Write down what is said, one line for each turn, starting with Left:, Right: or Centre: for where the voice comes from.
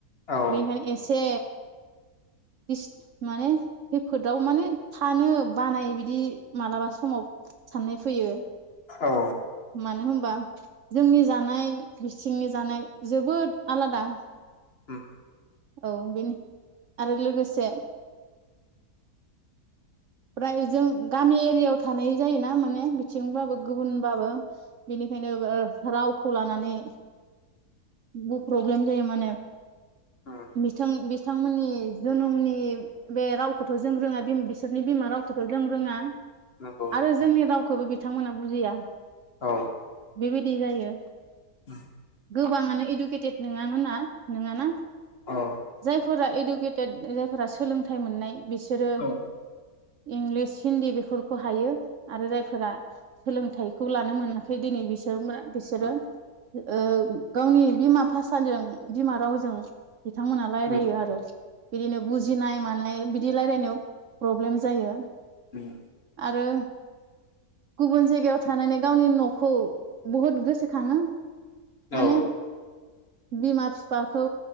Left: औ
Right: बेखायनो एसे इस्ट माने खैफोदाव माने थानो बानाय बिदि मालाबा समाव साननाय फैयो।
Left: औ
Right: मानो होमबा? जोंनि जानाय बिसथिंनि जानाय जोबोद आलादा।
Left: उम
Right: औ बेनि आरो लोगोसे प्राय जों गामि एरियायाव थानाय जायोना माने बिथिंबाबो गुबुनबाबो बेनिखायनो ओ रावखौ लानानै बो प्रब्लेम जायो माने।
Left: उम
Right: बिथां बिथांमोननि जोनोमनि बे रावखौथ' जों रोङा बिम बिसोरनि बिमा रावखौथ' जों जों रोङा
Left: नंगौ
Right: आरो
Left: नंगौ
Right: जोंनि रावखौबो बिथांमोना बुजिया
Left: औ
Right: बेबायदि जायो।
Left: <inaudible>
Right: गोबाङानो इडुकेटेड नङामोन ना नोङाना
Left: औ
Right: जायफोरा इडु इुकेटेद जायफोरा सोलोंथाइ मोननाय बिसोरो
Left: औ
Right: इंलिस हिन्दी बेफोरखौ हायो आरो जायफोरा सोलोंथाइखौ लानो मोनाखै दिनै बिसोर <unintelligible> बिसोरो
Left: उम
Right: ओ गावनि बिमा भाषाजों बिमा रावजों बिथांमोना रायलायो
Left: उम
Right: आरो। बिदिनो बुजिनाय मानाय बिदि रायलायनायाव प्रब्लेम जायो।
Left: उम
Right: आरो गुबुन जायगायाव थानानै गावनि न'खौ बहुद गोसोखाङो माने
Left: औ।
Right: बिमा बिफाखौ